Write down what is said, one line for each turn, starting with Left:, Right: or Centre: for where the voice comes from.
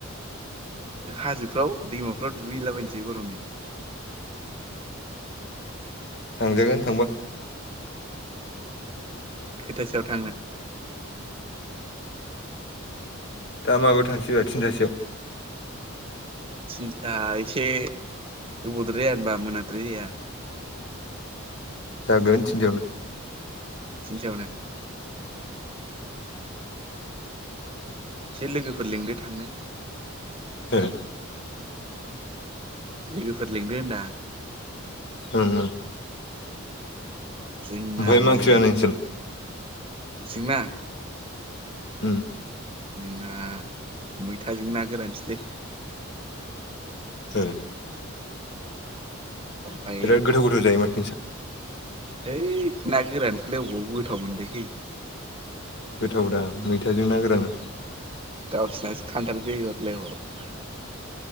Right: हाजोफ्राव दैमाफ्राव दुगैलाबायनोसै गरमनि।
Left: थांजागोन थांबा।
Right: खैथासोयाव थांनो?
Left: दा माबायाव थांसैब्रा थिनथासोआव।
Right: थिनथा एसे गोबावद्राय जाया होनबा मोनाद्राय जाया?
Left: जागोन थिनथायावनो।
Right: थिनथायावनो? एसे लोगोफोर लिंदो थांनो
Left: हो?
Right: लोगोफोर लिंदो होनदां
Left: ओम।
Right: जोंना
Left: ओमफाय मा
Right: नै
Left: ओंख्रि जाया नोंस्रालाय?
Right: जोंना?
Left: ओम।
Right: जोंना मैथाजों ना गोरानसोलै।
Left: ए
Right: ओमफ्राय
Left: बिराद गोथाव गोथाव जायो माथो नोंसा?
Right: है ना गोरानखौलाय अबाव गोथाव मोनलायखो
Left: गोथाव ब्रा मैथाजों ना गोराना
Right: गावसिनासो खानथाल बेगर लायबाव